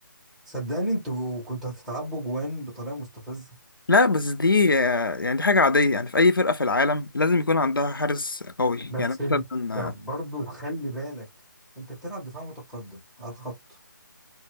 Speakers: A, in the centre; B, on the left.
A: صدقني انتوا كنتوا هتتعبوا جوان بطريقه مستفزه
B: لا بس دي آه، يعني دي حاجة عادية يعني في أي فرقة في العالم لازم يكون عندها حارس قوي
A: بس
B: يعني مثلا
A: انت
B: اه
A: برضو خلي بالك انت بتلعب دفاع متقدم على الخط